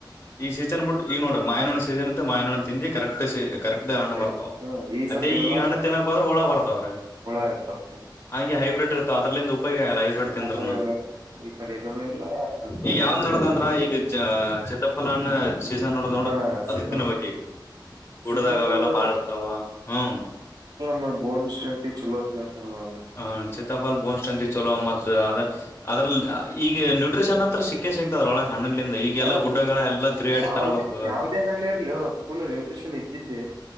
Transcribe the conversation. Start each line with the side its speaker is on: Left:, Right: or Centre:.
Left: ಈ ಸೀಸನ್ ಬಿಟ್ಟು ಈಗ ನೋಡ ಮ ಮಾಹಿನೋ್ಣ ಸೀಸನ್ ಇತ್ತೆ ಮಾಹಿನೋ ತಿಂಡಿಂದಿ ಕರೆಕ್ಟ್ ಕರೆಕ್ಟ್ ಹಣ್ಣು ಬರ್ತಾವ
Right: ಐತಿ ಹ್ಮ್ ಈ
Left: ಅದೇ
Right: ಸತಿ ಇರಬಾರ್ದು
Left: ಈಗ ಹಣ್ಣ ತಿನ್ನೋಕ್ೋದ್ರೆ ಹುಳ ಬರ್ತಾವದ್ರ
Right: ಹುಳ ಇರ್ತಾವ
Left: ನನಗೆ ಹೈಬ್ರಿಡ್ ಇರುತ್ತ ಅದ್ರಲ್ಲಿಂದ ಉಪಯೋಗ ಆಲ್ಲ ಲೈವಡ್ ತಿಂದ್ರನು
Right: ಉಪಯೋಗ ಆಗಲ್ಲ ಈ ಕಡೆ ಇದನ್ನು ಇಲ್ಲ ಆ ಕಡೆ
Left: ಈಗ
Right: ಅದೂ
Left: ಯಾವ್ದ್
Right: ಇಲ್ಲ.
Left: ನಡದ ಅಂದ್ರ ಈಗ ಚಿತ್ರಫಲಾನ ಸೀಸನ್ ನೋಡ ನೋಡು
Right: ಹಾ
Left: ಅದು
Right: ಸೀತಾಫಲ
Left: ತಿನ್ನ ಬಕಿ
Right: ಸೀತಾಫಲ
Left: ಡದಾಗ ಅವೆಲ್ಲಾ ಬಾಳ ಇರ್ತಾವ ಹ್ಮ್
Right: ಮ್ಮ ಬೋನ್ ಸ್ಟ್ರೆಂ ಚಲೋ ಹೇಳ್ತಾರ ಮಾಮೂಲಿ
Left: ಹ ಚ ಸತಾಪಲ್ ಬಸ್ ಸ್ಟ್ಯಾಂಡ ಚಲ ಮತ್ರ ಅ ಅದ್ರ ಈಗ ನ್ಯೂಟ್ರಿಷನ್ ಅಂತತ್ರ ಸಿಕ್ಕೇ ಸಿಗ್ತದ್ರೊಳ ಹಣ್ಣಲ್ಲಿಂದ ಈಗೆಲ್ಲಾ
Right: ಹಾ
Left: ಗುಡ್ಡಗಳ ಎಲ್ಲ ತಿರುಗಾಡಿ
Right: ಯಾವ್ದೇ
Left: ತರ ಬ್ತದೆ
Right: ಯಾವ್ದೇ ಹಣ್ಣು ಇರ್ಲಿ ಫುಲ್ ನ್ಯೂಟ್ರಿಷನ್ ಇದ್ದಿದ್ದೆ